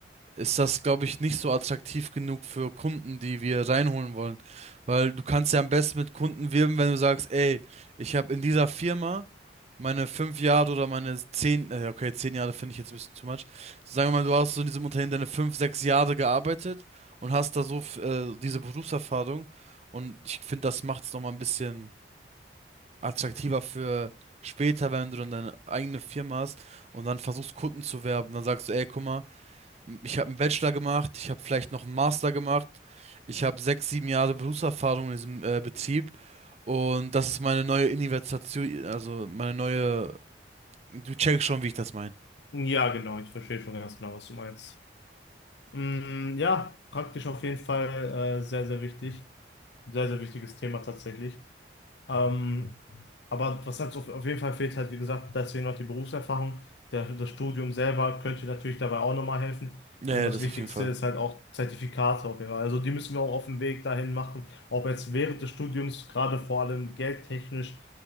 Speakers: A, on the right; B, on the left.
A: ist das, glaube ich, nicht so attraktiv genug für Kunden, die wir reinholen wollen. Weil du kannst ja am besten mit Kunden wirben, wenn du sagst, ey, ich habe in dieser Firma meine fünf Jahre oder meine zehn, äh, okay, zehn Jahre finde ich jetzt ein bisschen too much. So, sagen wir mal, du hast so in diesem Unternehmen deine fünf, sechs Jahre gearbeitet und hast da so f- äh, diese Berufserfahrung. Und ich finde, das macht es nochmal ein bisschen attraktiver für später, wenn du dann deine eigene Firma hast und dann versuchst, Kunden zu werben. Dann sagst du, ey, guck mal, ich habe einen Bachelor gemacht, ich habe vielleicht noch einen Master gemacht, ich habe sechs, sieben Jahre Berufserfahrung in diesem äh, Betrieb und das ist meine neue Investition, also meine neue. Du checkst schon, wie ich das meine.
B: Ja, genau, ich verstehe schon ganz genau, was du meinst. Mm, ja, praktisch auf jeden Fall äh, sehr, sehr wichtig. Sehr, sehr wichtiges Thema tatsächlich. Ähm, aber was halt so auf, auf jeden Fall fehlt, halt wie gesagt, deswegen noch die Berufserfahrung. Der, das Studium selber könnte natürlich dabei auch nochmal helfen.
A: Ja,
B: Und
A: ja,
B: das
A: das
B: Wichtigste
A: auf jeden Fall.
B: ist halt auch Zertifikate auf jeden Fall. Also die müssen wir auch auf dem Weg dahin machen. Ob jetzt während des Studiums, gerade vor allem geldtechnisch,